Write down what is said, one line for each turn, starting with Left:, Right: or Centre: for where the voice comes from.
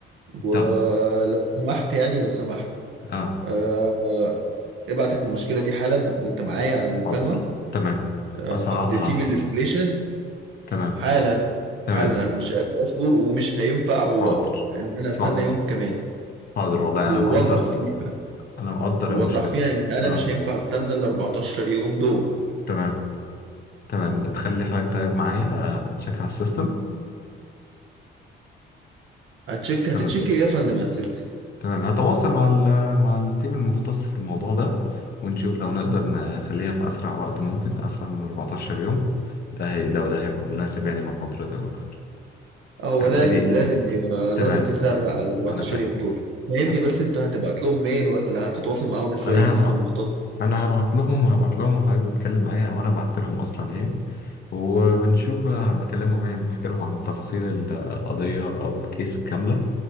Right: ولو
Left: طب
Right: سمحت يعني لو سمحت
Left: اه
Right: آه آه، ابعت المشكله دي حالا وانت معايا على المكالمه
Left: حاضر تمام
Right: آه،
Left: اصعدها
Right: لتيم الاستليشن
Left: تمام
Right: حالا
Left: تمام
Right: حالا انا مش قادر اصبر ومش هينفع و...
Left: حاضر
Right: ان انا استنى
Left: حاضر
Right: يوم كمان
Left: حاضر والله
Right: ووضح
Left: انا مقدر
Right: فيها
Left: انا مقدر
Right: ووضح
Left: المشكله
Right: فيها ان انا
Left: اه
Right: مش هينفع استنى ال 14 يوم دول
Left: تمام تمام تخلي حضرتك طيب معايا آه، تشيك على السيستم
Right: هتشيك
Left: تمام
Right: هتتشيك ايه يا فندم على السيستم
Left: تمام هتواصل مع ال- مع التيم المختص في الموضوع ده ونشوف لو نقدر نخليها في أسرع وقت ممكن أسرع من 14 يوم ده هي لو ده هيبقى مناسب يعني مع حضرتك أكتر
Right: هو
Left: فالدنيا
Right: لازم
Left: الد-
Right: لازم يبقى- لازم
Left: تمام
Right: تسرع ال 14
Left: أنا فاهم
Right: يوم دول فهمني
Left: أنا
Right: بس انت هتبعت لهم ميل ولا هتتواصل معاهم ازاي
Left: أنا
Right: القسم
Left: هبعت
Right: المختص
Left: أنا هبعت لهم هبعت لهم وحضرتك بتتكلم معايا وأنا بعت لهم أصلا يعني وبنشوف بقى بكلمهم يعني بحكي لهم عن تفاصيل القضية أو الكيس كاملة